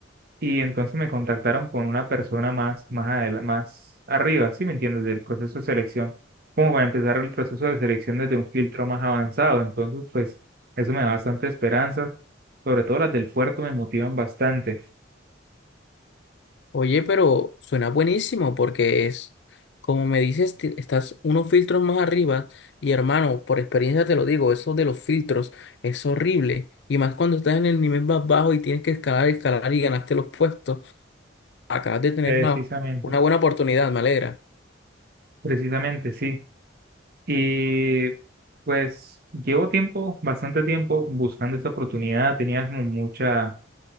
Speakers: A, on the right; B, on the left.
A: y entonces me contactaron con una persona más, más adela- más arriba, ¿sí me entiendes? Del proceso de selección, como para empezar el proceso de selección desde un filtro más avanzado. Entonces, pues eso me da bastante esperanza, sobre todo las del puerto me motivan bastante.
B: Oye, pero suena buenísimo porque es, como me dices, ti- estás unos filtros más arriba y hermano, por experiencia te lo digo, eso de los filtros es horrible. Y más cuando estás en el nivel más bajo y tienes que escalar, escalar y ganaste los puestos, acabas de tener
A: Precisamente,
B: una, una buena oportunidad, me alegra.
A: precisamente, sí. Y pues llevo tiempo, bastante tiempo buscando esta oportunidad. Tenía como mucha,